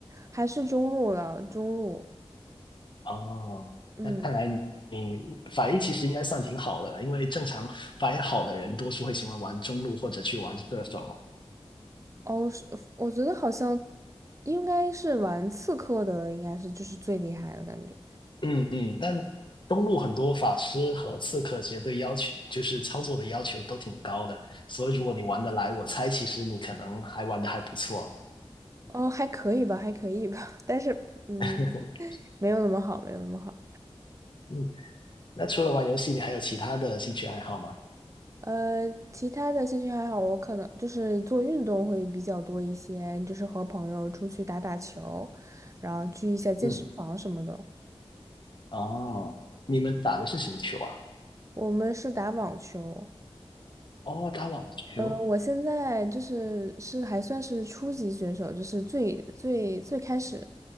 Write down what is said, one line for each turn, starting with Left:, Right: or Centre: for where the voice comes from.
Right: 还是中路了，中路，
Left: 哦，
Right: 嗯，
Left: 那看来你你反应其实应该算挺好的了，因为正常反应好的人多数会喜欢玩中路或者去玩射手。
Right: 哦，是，我觉得好像应该是玩刺客的，应该是就是最厉害的感觉。
Left: 嗯嗯，但中路很多法师和刺客其实对要求就是操作的要求都挺高的，所以如果你玩得来，我猜其实你可能还玩得还不错。
Right: 哦，还可以吧，还可以吧，<laughs> 但是嗯，
Left: <laughs>
Right: 没有那么好，没有那么好。
Left: 嗯，那除了玩游戏，你还有其他的兴趣爱好吗？
Right: 呃，其他的兴趣爱好，我可能就是做运动会比较多一些，就是和朋友出去打打球，然后去一下健身房什么的。
Left: 嗯，哦，你们打的是什么球啊？
Right: 我们是打网球，
Left: 哦，打网球，
Right: 呃，我现在就是是还算是初级选手，就是最最最开始